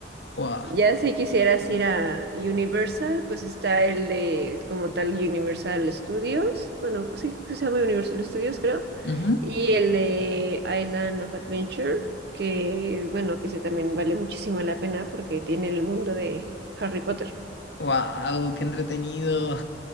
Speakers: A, on the left; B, on the right.
A: ¡Wow!
B: Ya si quisieras ir a Universal, pues está el de como tal Universal Studios, bueno, sí, sí se llama Universal Studios, creo,
A: Ujú.
B: y el de Island of Adventure, que bueno, que ese también vale muchísimo la pena porque tiene el mundo de Harry Potter.
A: Wow, qué entretenido.